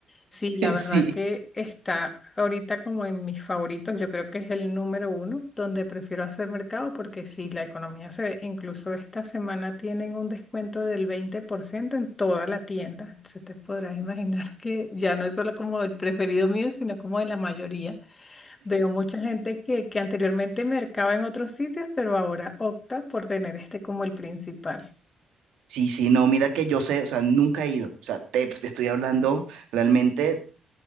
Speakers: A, on the left; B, on the right.
A: Sí, la verdad
B: Sí,
A: que está ahorita como en mis favoritos, yo creo que es el número uno donde prefiero hacer mercado, porque sí, la economía se, incluso esta semana tienen un descuento del 20% en toda la tienda. Se te podrás imaginar que ya no es solo como el preferido mío, sino como de la mayoría. Veo mucha gente que, que anteriormente mercaba en otros sitios, pero ahora opta por tener este como el principal.
B: sí, sí, no, mira que yo sé, o sea, nunca he ido. O sea, te, pues, te estoy hablando realmente